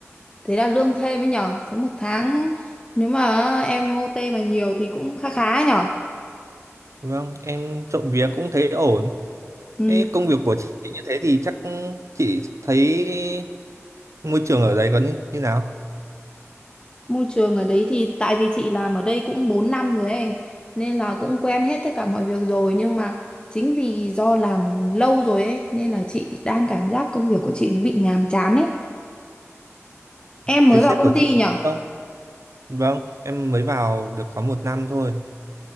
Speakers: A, on the left (about 20°); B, on the right (about 75°).
A: thế là lương thêm ấy nhở? Thế một tháng nếu mà em OT mà nhiều thì cũng khá khá ấy nhở?
B: vâng em trộm vía cũng thấy ổn
A: Ừ,
B: thế công việc của chị như thế thì chắc ừ, chị thấy môi trường ở đấy có như, như nào
A: môi trường ở đấy thì tại vì chị làm ở đây cũng 4 năm rồi ấy, nên là cũng quen hết tất cả mọi việc rồi nhưng mà chính vì do làm lâu rồi ấy nên là chị đang cảm giác công việc của chị nó bị nhàm chán ấy. Em
B: thế
A: mới
B: sếp
A: vào công
B: của
A: ty
B: chị
A: nhở?
B: không vâng em mới vào được có một năm thôi